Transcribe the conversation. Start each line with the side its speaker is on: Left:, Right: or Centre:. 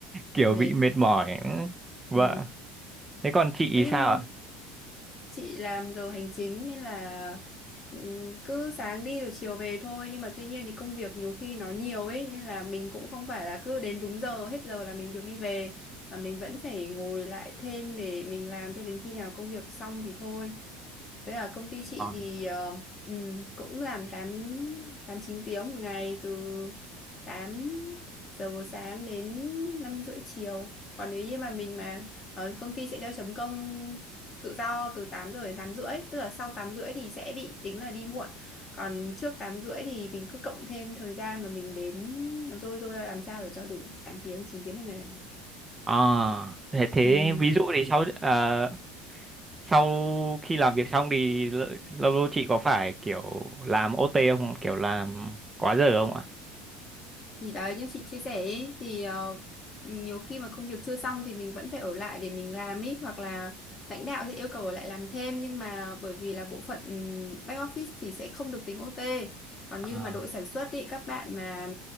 Right: kiểu
Left: mệt.
Right: bị mệt mỏi vâng
Left: Ừ.
Right: thế còn chị
Left: Ờ,
Right: thì
Left: nhưng
Right: sao
Left: chị làm giờ hành chính nên là ừ, cứ sáng đi rồi chiều về thôi nhưng mà tuy nhiên thì công việc nhiều khi nó nhiều ấy nên là mình cũng không phải là cứ đến đúng giờ hết giờ là mình được đi về mà mình vẫn phải ngồi lại thêm để mình làm cho đến khi nào công việc xong thì thôi với ở công ty chị
Right: ạ
Left: thì ờ, ừm, cũng làm tám 8 9 tiếng một ngày từ tám giờ buổi sáng đến 5 rưỡi chiều. Còn nếu như mà mình mà ở công ty sẽ cho chấm công tự do từ 8 giờ đến 8 rưỡi, tức là sau 8 rưỡi thì sẽ bị tính là đi muộn. Còn trước tám rưỡi thì mình cứ cộng thêm thời gian mà mình đến nó rôi rôi ra làm sao để cho đủ 8 tiếng, 9 tiếng một ngày là được.
Right: À, thế, thế
Left: Ừ.
Right: ví dụ thì sau ờ, sau khi làm việc xong thì lỡ- lâu lâu chị có phải kiểu làm OT không? Kiểu làm quá giờ không ạ?
Left: Thì đấy như chị chia sẻ ấy, thì ờ, nhiều khi mà công việc chưa xong thì mình vẫn phải ở lại để mình làm ấy hoặc là lãnh đạo sẽ yêu cầu ở lại làm thêm nhưng mà bởi vì là bộ phận ừm, back office thì sẽ không được tính OT. Còn
Right: À,
Left: như mà đội sản xuất ý các bạn mà